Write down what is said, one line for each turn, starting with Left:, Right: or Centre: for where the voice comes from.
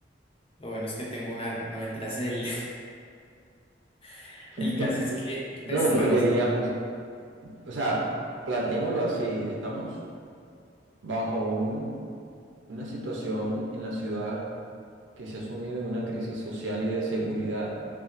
Left: lo bueno es que tengo un arma, no mientras el, <laughs>
Right: <laughs>
Left: el caso es que,
Right: No,
Left: pues digamos,
Right: porque digamos,
Left: en-
Right: o sea, planteémoslo así, estamos bajo un, una situación en la ciudad que se ha sumido en una crisis social y de seguridad.